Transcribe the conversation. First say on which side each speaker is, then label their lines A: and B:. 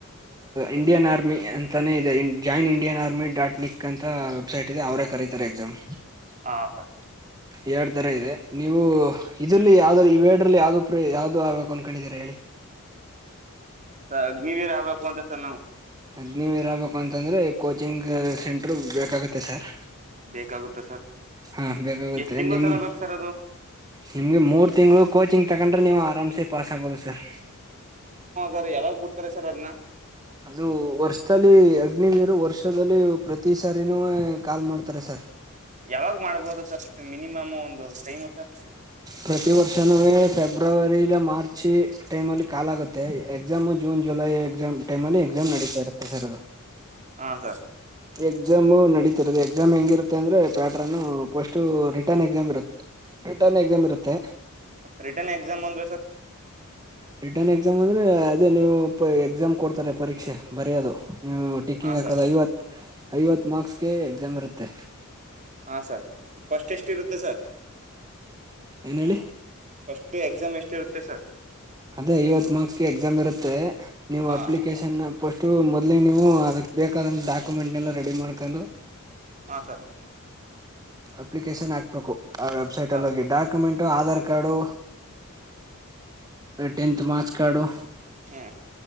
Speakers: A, on the right; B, on the right.
A: ಇಂಡಿಯನ್ ಆರ್ಮಿ ಅಂತಾನೇ ಇದೆ join Indian army dot nic ಅಂತ ವೆಬ್ಸೈಟ್ ಇದೆ ಅವರೇ ಕರಿತಾರೆ ಎಕ್ಸಾಮ್
B: ಹಾ ಸರ್
A: ಎರಡ್ ತರ ಇದೆ ನೀವು ಇದಲ್ಲಿ ಯಾವ್ದರ ವೇಡ್ರಲ್ಲಿ ಯಾವ್ದು ಪ್ರ ಯಾವ್ದದು ಆಗ್ಬೇಕು ಅನ್ಕೊಂಡಿದೀರ ಹೇಳಿ
B: ಸರ್ ಅಗ್ನಿವಿರ್ ಆಗ್ಬೇಕು ಅಂತ ಸರ್ ನಾವು
A: ಅಗ್ನಿವಿರ್ ಆಗಬೇಕು ಅಂತಂದ್ರರೆ ಕೋಚಿಂಗ್ ಸೆಂಟರು ಬೇಕಾಗುತ್ತೆ ಸರ್
B: ಬೇಕಾಗುತ್ತ ಸರ್
A: ಹಾ ಬೇಕಾಗುತ್ತೆ
B: ಎಷ್ಟ್ ತಿಂಗಳು
A: ನಿಮ್
B: ತಗೋಬೇಕು ಸರ್ ಅದು
A: ನಿಮ್ಗೆ ಮೂರ್ ತಿಂಗಳು ಕೋಚಿಂಗ್ ತಗೊಂಡ್ರೆ ನೀವು ಆರಾಮ್ಸೆ ಪಾಸ್ ಆಗ್ಬೋದು ಸರ್
B: ಸರ್ ಯಾವಾಗ್ ಬಿಡ್ತಾರೆ ಸರ್ ಅದನ್ನ
A: ಅದು ವರ್ಷದಲ್ಲಿ ಅಗ್ನಿವೀರು ವರ್ಷದಲ್ಲಿ ಪ್ರತಿ ಸಾರಿನೂ ಕಾಲ್ ಮಾಡ್ತ ಸರ್
B: ಯಾವಾಗ್ ಮಾಡ್ಬೋದು ಸರ್ ಮಿನಿಮಾಮ್ ಒಂದು ಟೈಮ್ ಸರ್
A: ಪ್ರತಿ ವರ್ಷನುವೆ ಫೆಬ್ರವರಿ ಇಲ್ಲ ಮಾರ್ಚ್ ಆ ಟೈಮ್ ಅಲ್ಲಿ ಕಾಲಾಗುತ್ತೆ ಎಕ್ಸಾಮ್ ಜೂನ್ ಜುಲೈ ಎಕ್ಸಾಮ್ ಟೈಮಲ್ಲಿ ಎಕ್ಸಾಮ್ ನೆಡಿತಾ ಇರುತ್ತೆ ಸರ್
B: ಹಾ ಸರ್
A: ಎಕ್ಸಾಮ್ ನೆಡಿ ಎಕ್ಸಾಮ್ ಹೆಂಗಿರುತ್ತೆ ಅಂದ್ರೆ ಪ್ಯಾಟ್ರನ್ ಪಫೋಸ್ಟ್ ರಿಟರ್ನ್ ಎಕ್ಸಾಮ್ ಇರುತ್ತೆ ರಿಟರ್ನ್ ಎಕ್ಸಾಮ್ ಇರುತ್ತೆ
B: ರಿಟರ್ನ್ ಎಕ್ಸಾಮ್ ಅಂದ್ರೆ ಸರ್
A: ರಿಟರ್ನ್ ಎಕ್ಸಾಮ್ ಅಂದ್ರೆ ಅದೇ ನೀವು ಎಕ್ಸಾಮ್ ಕೊಡ್ತಾರೆ ಪರೀಕ್ಷೆ ಬರಿಯೋದು ನೀವು ಟೀಕ್ಕಿಂಗ್
B: ಹಾ
A: ಹಾಕದ
B: ಸರ್
A: ಐವತ್ ಐವತ್ ಮಾರ್ಕ್ಸ್ಗೆ ಎಕ್ಸಾಮ್ ಇರುತ್ತೆ
B: ಹಾ ಸರ್ ಫ್ರಿಸ್ಟ್ ಎಷ್ಟಿರುತ್ತೆ ಸರ್
A: ಏನ್ ಹೇಳಿ
B: ಫ್ರಿಸ್ಟ್ ಎಕ್ಸಾಮ್ ಎಷ್ಟ ಇರುತ್ತೆ ಸರ್
A: ಅದೇ ಐವತ್ತು ಮಾರ್ಕ್ಸ್ಗೆ ಎಕ್ಸಾಮ್ ಇರುತ್ತೆ ನೀವು
B: ಹಾ
A: ಅಪ್ಲಿಕೇಶನ್ ಫಸ್ಟ್ ಮೊದ್ಲಿಗೆ ನೀವು ಅದಕ್ ಬೇಕಾದಂತ ಡಾಕ್ಯುಮೆಂಟ್ನೆಲ್ಲ ರೆಡಿ ಮಾಡ್ಕೊಂಡು
B: ಹಾ ಸರ್
A: ಅಪ್ಲಿಕೇಶನ್ ಹಾಕ್ಬೇಕು ಆ ವೆಬ್ಸೈಟ್
B: ಹಾ
A: ಅಲ್ಲಿ ಹೋಗಿ
B: ಸರ್
A: document Aadhaar card tenth marks card
B: ಹ್ಮ್